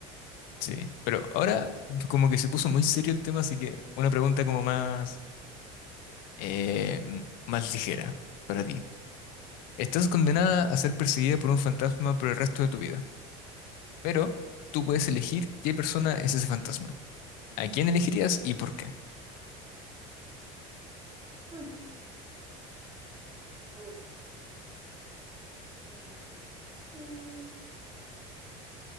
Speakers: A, on the left; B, on the right.
A: Sí, pero ahora como que se puso muy serio el tema, así que una pregunta como más, eh, m- más ligera para ti. Estás condenada a ser perseguida por un fantasma por el resto de tu vida, pero tú puedes elegir qué persona es ese fantasma. ¿A quién elegirías y por qué?
B: Ujú. Uf, un fantasma. Mm,